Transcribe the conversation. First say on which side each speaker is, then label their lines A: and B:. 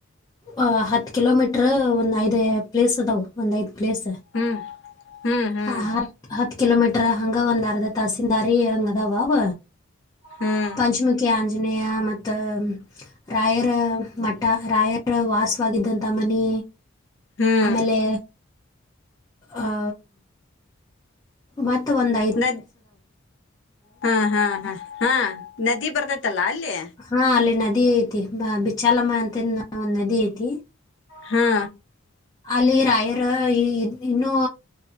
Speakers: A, on the left (about 20°); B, on the left (about 60°).
A: ಅ ಹತ್ ಕಿಲೋಮೀಟರ್ ಒಂದ್ ಐದ್ ಪ್ಲೇಸ್ ಅದಾವು ಒಂದ್ ಐದ್ ಪ್ಲೇಸ್.
B: ಹ್ಮ್ ಹ್ಮ್ ಹ್ಮ್
A: ಹ ಹತ್ ಹತ್ ಕಿಲೋಮೀಟರ್ ಹಂಗ ಒಂದರ್ದ ತಾಸೀನ್ದಾರಿ ಹಂಗದಾವ ಅವ.
B: ಹ್ಮ್
A: ಪಂಚಮುಖಿ ಆಂಜನೇಯ ಮತ್ ತ ರಾಯರ ಮಠ ರಾಯರ ವಾಸವಾಗಿದ್ದಂತ ಮನಿ.
B: ಹ್ಮ್
A: ಆಮೇಲೆ ಅ ಮತ್ತ ಒಂದ ಐ
B: ನದ್ ಹಾ ಹಾ ಹಾ ಹಾ ನದಿ ಬರ್ತೈತಲ್ಲ ಅಲ್ಲೆ.
A: ಹಾ ಅಲ್ಲಿ ನದಿ ಐತಿ ಬ ಬಿಚ್ಚಾಲಮ್ಮ ಅಂತ ಒಂದ್ ನದಿ ಐತಿ.
B: ಹಾ
A: ಅಲ್ಲಿ ರಾಯರ್ ಇನ್ನೂ.